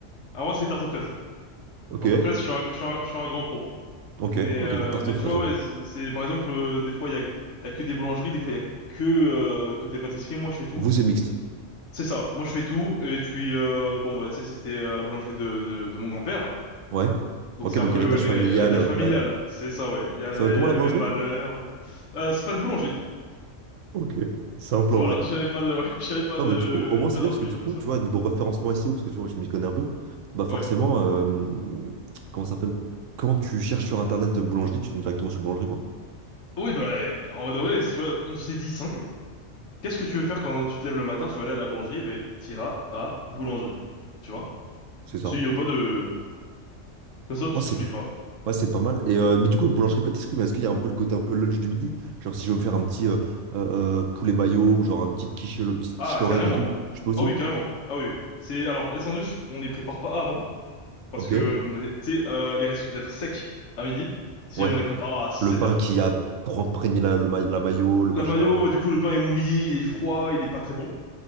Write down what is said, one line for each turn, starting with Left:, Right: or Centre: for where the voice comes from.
Left: à moi, c'est tarte aux fraises.
Right: Ok.
Left: Tarte aux fraises, je suis un, je suis un, je suis un grand pro.
Right: Ok.
Left: Mais,
Right: Ok.
Left: euh,
Right: Tarte
Left: mais
Right: aux fraises,
Left: tu vois,
Right: ouais.
Left: ouais, c'est c'est- par exemple, euh, des fois, il y a, il y a que des boulangeries, des fois, il y a que euh, côté pâtisserie. Moi, je fais tout.
Right: Vous, c'est mixte.
Left: C'est ça, moi, je fais tout. Et puis, euh, bon, bah, tu sais, c'était euh, la boulangerie de, de, de mon grand-père.
Right: Ouais.
Left: Donc,
Right: Ok,
Left: c'est
Right: donc
Left: un peu
Right: héritage
Left: le, l'hé-
Right: familial,
Left: l'héritage
Right: euh,
Left: familial.
Right: ouais.
Left: C'est ça, ouais. Il y a
Right: Ça
Left: les,
Right: va être comment
Left: il y a
Right: la boulangerie?
Left: les mêmes valeurs. Euh, c'est pas de boulangerie.
Right: Ok. Simple
Left: Voilà,
Right: en vrai.
Left: <laughs> j'avais pas de, <laughs> ouais, j'avais pas
Right: Non,
Left: de,
Right: bah du coup, au moins c'est
Left: pas d'inspi,
Right: bien parce que du
Left: j'ai l'impression.
Right: coup, tu vois, niveau référencement SEO, parce que tu vois, je m'y connais un peu, bah forcément,
Left: Ouais.
Right: euh, comment ça s'appelle? Quand tu cherches sur internet euh, boulangerie, tu tombes directement sur boulangerie, quoi.
Left: Oui, bah, en vrai de vrai, si tu vois, on s'est dit simple. Qu'est-ce que tu veux faire quand tu te lèves le matin, tu vas aller à la boulangerie, et ben, t'iras à boulangerie. Tu vois?
Right: C'est ça.
Left: S'il y a pas de, Comme ça, tu
Right: Moi, c'est
Left: t'oublies pas.
Right: Ouais, c'est pas mal. Et, euh, mais du coup, boulangerie-pâtisserie, mais est-ce qu'il y a un peu le côté un peu lunch du midi? Genre, si je veux me faire un petit euh, euh, euh, poulet mayo ou genre une petite quiche, le petite
Left: Ah,
Right: quiche Lorraine
Left: carrément.
Right: et tout, je peux aussi.
Left: Ah oui, carrément. Ah oui. oui. C'est alors les sandwichs, on les prépare pas avant parce
Right: Ok.
Left: que bon bah, tu sais, euh, ils risquent d'être secs à midi si
Right: Ouais.
Left: on les prépare à six
Right: Le
Left: sept
Right: pain
Left: heures.
Right: qui a imprégné la, le ma- la mayo, le
Left: La
Right: machin,
Left: mayo,
Right: ouais.
Left: ouais, du coup, le pain est mouillé, il est froid, il est pas très bon.